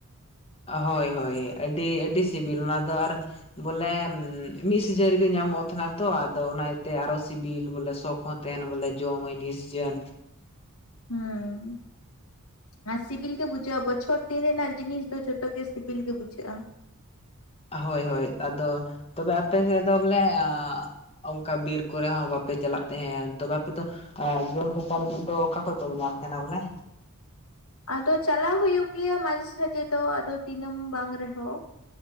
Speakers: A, on the left; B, on the left.
A: ᱦᱳᱭ ᱦᱳᱭ ᱟᱹᱰᱤ ᱟᱹᱰᱤ ᱥᱤᱵᱤᱞ ᱚᱱᱟ ᱫᱚ ᱟᱨ ᱵᱚᱞᱮ ᱢᱤᱫ ᱥᱤᱡᱟᱹᱱ ᱨᱮᱜᱤ ᱧᱟᱢᱚᱜ ᱛᱟᱦᱮᱱᱟ ᱛᱚ ᱟᱫᱚ ᱚᱱᱟ ᱤᱭᱟᱹᱛᱮ ᱟᱨᱚ ᱥᱤᱵᱤᱞ ᱵᱚᱞᱮ ᱥᱚ ᱦᱚᱸ᱾ ᱛᱮᱱ ᱵᱚᱞᱮ ᱡᱚᱢ ᱢᱟᱧ ᱱᱤᱭᱟᱹ ᱥᱤᱡᱟᱹᱱ
B: ᱦᱩᱸ ᱟᱨ ᱥᱤᱵᱤᱞ ᱜᱮ ᱵᱩᱡᱟᱹᱣᱜᱼᱟ ᱵᱚᱪᱷᱚᱨ ᱫᱤᱱ ᱨᱮᱱᱟᱜ ᱡᱤᱱᱤᱥ ᱫᱚ ᱡᱷᱚᱛᱚ ᱜᱮ ᱥᱤᱵᱤᱞ ᱜᱮ ᱵᱩᱡᱷᱟᱹᱜᱼᱟ᱾
A: ᱦᱳᱭ ᱦᱳᱭ ᱟᱫᱚ ᱛᱚᱵᱮ ᱟᱯ ᱥᱮᱫ ᱫᱚ ᱵᱚᱞᱮ᱾ <unintelligible> ᱚᱱᱠᱟ ᱵᱤᱨ ᱠᱚᱨᱮ ᱦᱚᱸ ᱵᱟᱯᱮ ᱪᱟᱞᱟᱜ ᱛᱟᱦᱮᱱ ᱛᱚᱵᱮ ᱟᱯᱮ ᱫᱚ ᱟᱨ ᱡᱚᱢ ᱞᱮᱠᱟ ᱞᱟᱹᱜᱤᱫ ᱫᱚ ᱚᱠᱟ ᱠᱷᱚᱡ ᱯᱮ ᱧᱟᱢ ᱛᱟᱦᱮᱱᱟ ᱵᱚᱞᱮ?
B: ᱟᱫᱚ ᱪᱟᱞᱟᱣ ᱦᱩᱭᱩᱜ ᱜᱮᱭᱟ ᱢᱟᱡᱷᱮ ᱥᱟᱡᱷᱮ ᱫᱚ ᱟᱫᱚ ᱫᱤᱱᱟᱹᱢ ᱵᱟᱝ ᱨᱮᱦᱚᱸ